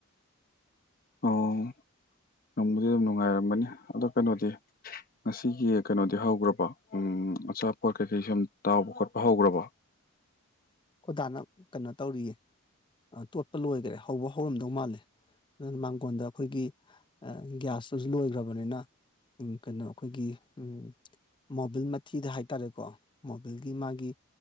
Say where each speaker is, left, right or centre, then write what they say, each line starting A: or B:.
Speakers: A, on the left (about 20°); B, on the left (about 40°).
A: <unintelligible>
B: ꯑꯣ ꯅꯨꯡꯕꯨꯗꯤ ꯑꯗꯨꯝ ꯅꯨꯡꯉꯥꯏꯔꯝꯃꯅꯤ ꯑꯗꯣ ꯀꯩꯅꯣꯗꯤ ꯉꯁꯤꯒꯤ ꯀꯩꯅꯣꯗꯤ ꯍꯧꯈ꯭ꯔꯕ ꯎꯝ ꯑꯆꯥꯄꯣꯠ ꯀꯩꯀꯩ ꯁꯨꯝ ꯇꯥꯎꯕ ꯈꯣꯠꯄ ꯍꯧꯈ꯭ꯔꯕꯣ
A: ꯈꯣꯏꯗꯥꯅ ꯀꯩꯅꯣ ꯇꯧꯔꯤꯌꯦ ꯇꯣꯠꯄ ꯂꯣꯏꯈꯔꯦ ꯍꯧꯕ ꯍꯧꯔꯝꯗꯧ ꯃꯥꯜꯂꯦ ꯃꯥꯡꯒꯣꯟꯜꯗ ꯑꯩꯈꯣꯏꯒꯤ ꯒ꯭ꯌꯥꯁꯇꯨꯁꯨ ꯂꯣꯏꯈ꯭ꯔꯕꯅꯤꯅ ꯎꯝ ꯀꯩꯅꯣ ꯑꯩꯈꯣꯏꯒꯤ ꯎꯝ ꯃꯣꯕꯤꯜ ꯃꯊꯤꯗ ꯍꯥꯏꯇꯥꯔꯦꯀꯣ ꯃꯣꯕꯤꯜꯒꯤ ꯃꯥꯒꯤ